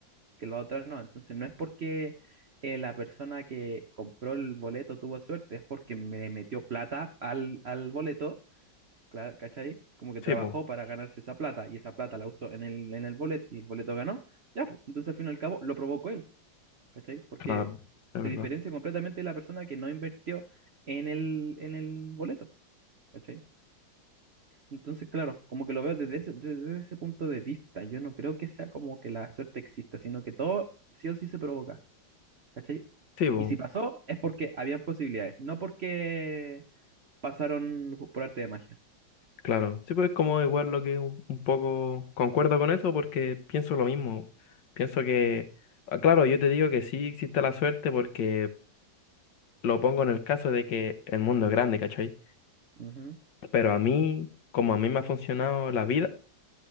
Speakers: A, on the right (about 50°); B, on the left (about 70°).
A: que la otra no. Entonces no es porque eh, la persona que compró el boleto tuvo suerte, es porque me metió plata al, al boleto, cla- ¿cachai? Como que trabajó
B: Sí, po.
A: para ganarse esa plata y esa plata la usó en el, en el boleto y el boleto ganó. Ya, pues, entonces al fin y al cabo lo provocó él, ¿cachai? Porque
B: claro, es
A: se
B: verdad.
A: diferencia completamente de la persona que no invirtió en el, en el boleto, ¿cachai? Entonces, claro, como que lo veo desde ese, desde ese punto de vista. Yo no creo que sea como que la suerte exista, sino que todo sí o sí se provoca. ¿Cachai?
B: Sí, po,
A: Y si pasó, es porque habían posibilidades, no porque pasaron ju- por arte de magia.
B: claro. Sí, pues es como igual lo que un, un poco concuerdo con eso porque pienso lo mismo. Pienso que, ah, claro, yo te digo que sí existe la suerte porque lo pongo en el caso de que el mundo es grande, ¿cachai?
A: Ujú.
B: Pero a mí, como a mí me ha funcionado la vida,